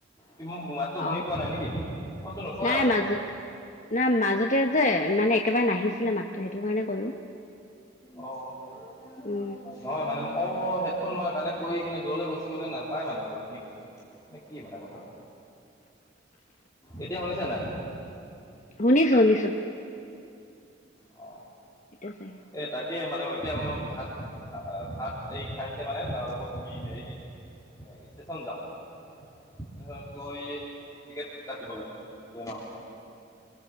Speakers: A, on the left; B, on the left.
A: তুমি মোৰ মাতটো শুনি
B: অ',
A: পোৱা নাই নেকি? মইচোন ওচৰতে
B: নাই
A: আছোঁ
B: মাজতে নাই মাজতে যে, মানে একেবাৰে নাহিছিলে মাতটো সেইটো কাৰণে কলো।
A: অ <unintelligible>
B: উম,
A: নহয় মানে, অ হেডফোন মই কানেক্ট কৰি কিনে দূৰলৈ গুচি গ'লে নাপায় মানে ভালকে নেকি? নে কি মানে কথাটো? এতিয়া শুনিছা নাই?
B: শুনিছো শুনিছো।
A: অ।
B: এইটো চাই
A: এ তাকে মানে এতিয়া মই ভাত আ ভাত এই খাইছে মানে তাৰ লগত আমি হেৰি এ ষ্টেচন যাম। ষ্টেচনত গৈ টিকেট কাটিব লাগে ট্ৰেইনৰ।